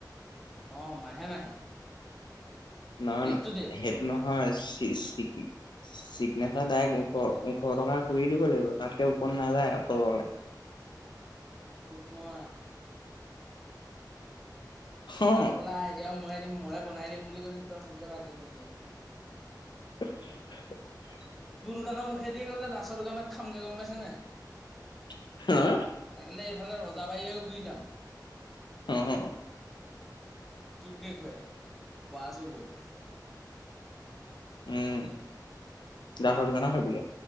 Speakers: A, in the centre; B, on the left.
A: অঁ মাহে মাহে।
B: না
A: ডেট
B: না
A: টু ডেট
B: সেইতো নহয় চি চিকি, চিগনেচাৰ ডাইৰেক্ট ওঠৰ ওঠৰ টকা কৰিয়ে, দিব লাগিব তাতকে ওপৰ নাযায় তললে।
A: <inaudible> দোকান
B: অ
A: খোলা আইদিয়া ময়ে দিম ময়ে বনাই দিম বুলি কৈছো, তই মোকে বাকী নিদিয়।
B: <inaudible>
A: তোৰ দোকানৰ মুখেদি গৈ পেলাই, লাষ্টৰ দোকানত খামগে গম পাইছে নে নাই।
B: <inaudible>
A: লাগিলে এইফালে ৰজাবাৰী হৈ ঘূৰি যাম।
B: অঁ।
A: তোক দেখুৱাই, ৱাছ হৈ গল।
B: উম, গাহৰ দোকানত খাবিগে।